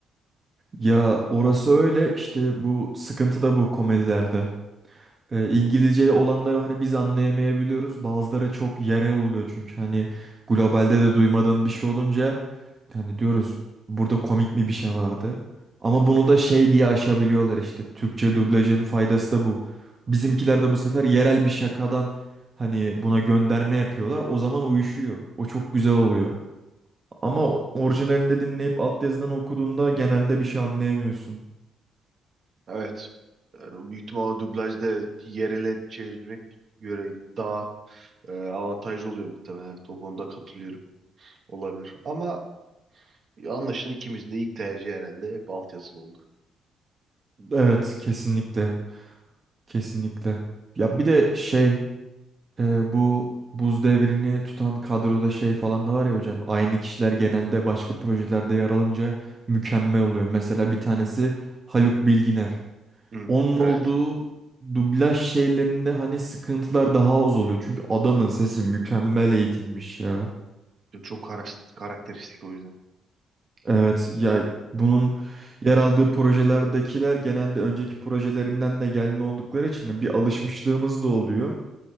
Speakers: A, on the right; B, on the right.
A: Ya orası öyle işte bu sıkıntı da bu komedilerde. E, İngilizce olanları hani biz anlayamayabiliyoruz. Bazıları çok yerel oluyor çünkü hani globalde de duymadığım bir şey olunca hani diyoruz burada komik mi bir şey vardı. Ama bunu da şey diye aşabiliyorlar işte. Türkçe dublajın faydası da bu. Bizimkiler de bu sefer yerel bir şakadan hani buna gönderme yapıyorlar. O zaman uyuşuyor. O çok güzel oluyor. Ama orijinalinde dinleyip altyazıdan okuduğunda genelde bir şey anlayamıyorsun.
B: Evet. Yani büyük ihtimalle dublajda yerele çevirmek göre daha e, avantajlı oluyor muhtemelen. Evet, O konuda katılıyorum. Olabilir. Ama Anlaşılan ikimiz de ilk tercih herhalde hep altyazılı oldu.
A: Evet, kesinlikle. Kesinlikle. Ya bir de şey Ee, bu buz devrini tutan kadroda şey falan da var ya hocam. Aynı kişiler genelde başka projelerde yer alınca mükemmel oluyor. Mesela bir tanesi Haluk Bilginer.
B: Hı,
A: Onun
B: evet.
A: olduğu dublaj şeylerinde hani sıkıntılar daha az oluyor. Çünkü adamın sesi mükemmel eğitilmiş ya.
B: Çok karas- karakteristik o yüzden.
A: Evet ya bunun yer aldığı projelerdekiler genelde önceki projelerinden de gelme oldukları için bir alışmışlığımız da oluyor.